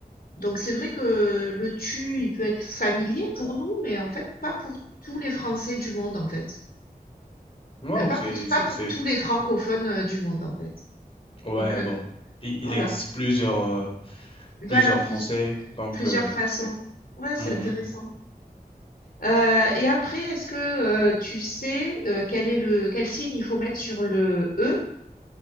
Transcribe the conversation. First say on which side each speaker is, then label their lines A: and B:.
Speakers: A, on the left (about 70°); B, on the left (about 35°).
A: donc c'est vrai que le tu, il peut être familier pour nous, mais en fait pas pour tous les Français du monde en fait.
B: Waouh,
A: Enfin, pas
B: c'est,
A: pour pas
B: c'est,
A: pour
B: c'est...
A: tous les francophones euh, du monde en fait.
B: Ouais,
A: Donc euh,
B: bon. Il, il
A: voilà,
B: existe plusieurs, euh,
A: voilà
B: plusieurs
A: plus-
B: français, donc
A: plusieurs
B: euh,
A: façons.
B: c'est...
A: Ouais, c'est
B: Mhm.
A: intéressant. Euh, et après, est-ce que euh, tu sais euh, quel est le quel signe il faut mettre sur le e